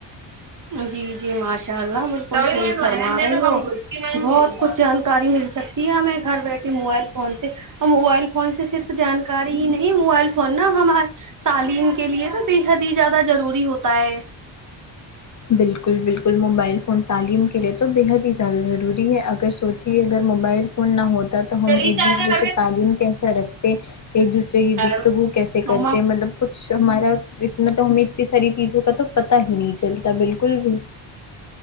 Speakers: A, on the right; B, on the left.
A: جی جی ماشاء اللہ بالکل ٹھیک فرما رہی ہو بہت کچھ جانکاری مل سک کے ہمیں گھر بیٹھے موبائل فون سے موبائل فون سے صرف جانکاری ہی نہیں موبائل فون نا ہما تعلیم کے لیے تو بے حد ہی زیادہ ضروری ہوتا ہے
B: بالکل بالکل موبائل فون تعلیم کے لیے تو بے حد ہی زیادہ ضروری ہے اگر سوچیے اگر موبائل فون نا ہوتا تو ہم
A: ریچارج
B: ایک دوسرے سے تعلیم کیسا رک ھتے ایک دوسرے کی
A: جی
B: گفتگو
A: جی
B: کیسے کرتے
A: ماشاء
B: مطلب کچھ ہمارا اتنا تو ہمیں اتنی ساری چیزوں کا تو پتا ہی نہیں چلتا بالکل بھی